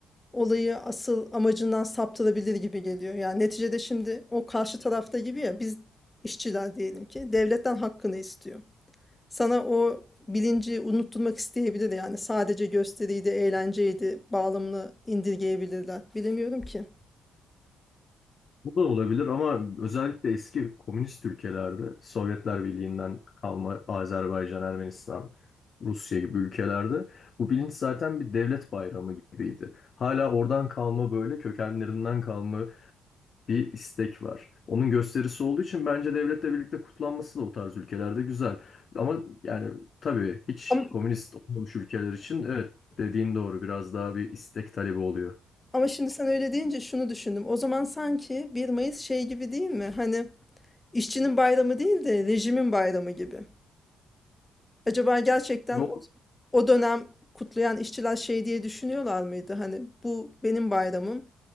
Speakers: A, on the left (about 15°); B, on the left (about 50°).
A: olayı asıl amacından saptırabilir gibi geliyor. Yani neticede şimdi o karşı tarafta gibi ya biz işçiler diyelim ki devletten hakkını istiyor. Sana o bilinci unutturmak isteyebilir yani sadece gösteriydi, eğlenceydi bağlamını indirgeyebilirler. Bilemiyorum ki.
B: Bu da olabilir ama özellikle eski komünist ülkelerde, Sovyetler Birliği'nden kalma Azerbaycan, Ermenistan, Rusya gibi ülkelerde bu bilinç zaten bir devlet bayramı gibiydi. Hala oradan kalma böyle kökenlerinden kalma bir istek var. Onun gösterisi olduğu için bence devletle birlikte kutlanması da o tarz ülkelerde güzel. Ama yani tabii hiç
A: Ama,
B: komünist olmamış ülkeler için evet dediğin doğru biraz daha bir istek talebi oluyor.
A: ama şimdi sen öyle deyince şunu düşündüm. O zaman sanki bir Mayıs şey gibi değil mi? Hani işçinin bayramı değil de rejimin bayramı gibi. Acaba gerçekten
B: Doğru.
A: o, o dönem kutlayan işçiler şey diye düşünüyorlar mıydı? Hani bu benim bayramım.